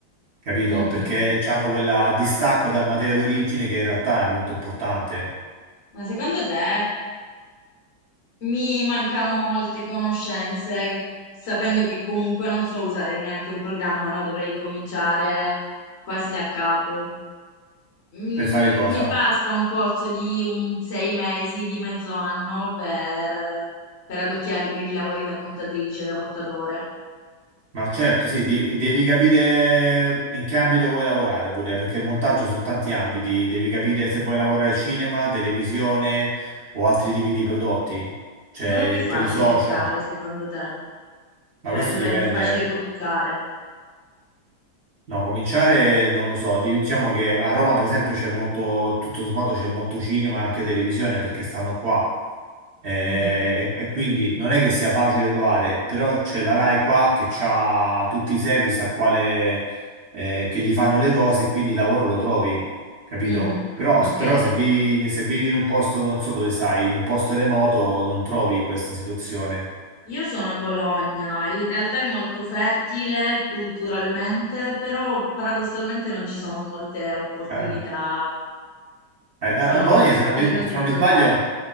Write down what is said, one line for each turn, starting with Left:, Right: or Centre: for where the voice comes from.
Right: Capito?
Left: Mhm.
Right: Perché hanno quel distacco dal materiale d'origine che in realtà è molto importante.
Left: Ma secondo te mi mancano molte conoscenze, sapendo che comunque non so usare neanche un programma, no? Dovrei cominciare quasi da capo. Mm,
Right: Per fare cosa?
Left: mi basta un corso di un sei mesi, di mezzo anno per, per adocchiare i primi lavori da montatrice, da montatore.
Right: Ma certo, sì, di- devi capire in che ambito vuoi lavorare pure, perché il montaggio su tanti ambiti, devi capire se vuoi lavorare cinema, televisione o altri tipi di prodotti, cioè
Left: Dov'è più facile
Right: per i social,
Left: entrare, secondo te?
Right: ma
Left: Cioè,
Right: questo
Left: dov'è
Right: dipende.
Left: più facile cominciare?
Right: No, cominciare non lo so, di- diciamo che a Roma per esempio c'è molto, tutto sommato c'è molto cinema, anche televisione perché stanno qua Eh,
Left: Mhm.
Right: e, e quindi non è che sia facile trovare, però c'è la Rai qua che ha tutti i service a quale, eh, che gli fanno le cose e quindi il lavoro lo trovi, capito?
Left: Mhm.
Right: Però,
Left: Ok.
Right: però se vivi, se vivi in un posto, non so dove stai, in un posto remoto non trovi questa situazione.
Left: Io sono a Bologna, in realtà è molto fertile culturalmente, però paradossalmente non ci sono molte opportunità,
Right: Eh, eh,
Left: sono
Right: eh, Bologna, se non
Left: praticamente
Right: mi, se non
Left: più
Right: mi sbaglio...
Left: online.